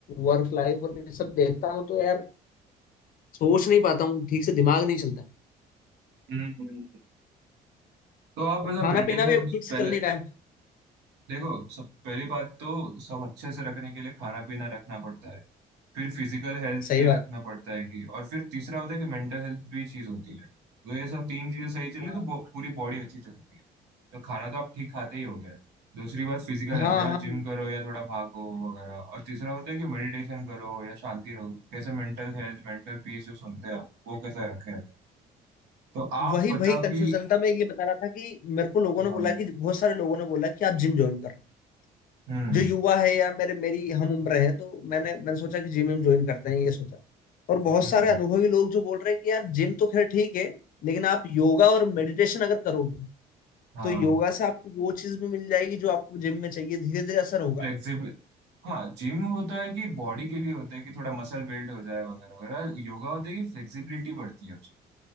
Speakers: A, on the left; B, on the right.
A: वर्क लाइफ और ये सब देखता हूँ तो यार सोच नहीं पाता हूँ ठीक से दिमाग नहीं चलता
B: है हम्म तो आप
A: और
B: मतलब
A: खाना
B: मेडिटेशन
A: पीना भी अभी ठीक से
B: पहले
A: चल नहीं रहा है
B: देखो सब पहली बात तो सब अच्छे से रखने के लिए खाना पीना रखना पड़ता है फिर फिजिकल हेल्थ
A: सही
B: के
A: बात
B: रखना पड़ता है कि और फिर तीसरा होता है कि मेंटल हेल्थ भी चीज होती है तो ये सब तीन चीजें सही चली
A: हाँ
B: तो बो- पूरी बॉडी अच्छी चलती है तो खाना तो आप ठीक खाते ही हो गए दूसरी बात फिजिकल
A: हाँ
B: है थोड़ा
A: हाँ
B: जिम करो या थोड़ा भागो वगैरह और तीसरा होता है कि मेडिटेशन करो या शांति रहो कैसे मेंटल हेल्थ मेंटल पीस जो सुनते हैं आप, वो कैसा रखे तो आप
A: वही
B: बताओ
A: वही कंफ्यूजन
B: कि
A: था मैं ये बता रहा था कि मेरे को लोगों ने
B: हाँ
A: बोला कि बहुत सारे लोगों ने बोला कि आप जिम ज्वाइन कर लो
B: हम्म
A: जो युवा है या मेरे मेरी हम उम्र है तो मैंने मैंने सोचा कि जिम ज्वाइन करते हैं ये सोचा और बहुत
B: हम्म,
A: सारे अनुभवी लोग जो बोल रहे हैं कि यार जिम तो खैर ठीक है लेकिन आप योगा और मेडिटेशन अगर करोगे
B: हाँ
A: तो योगा से आपको वो चीज भी मिल जाएगी जो आपको जिम में चाहिए धीरे धीरे असर होगा
B: फ्लेक्सिबल हाँ जिम होता है कि बॉडी के लिए होता है कि थोड़ा मसल बिल्ड हो जाए वगैरह वगैरह योगा होता है कि फ्लेक्सिबिलिटी बढ़ती है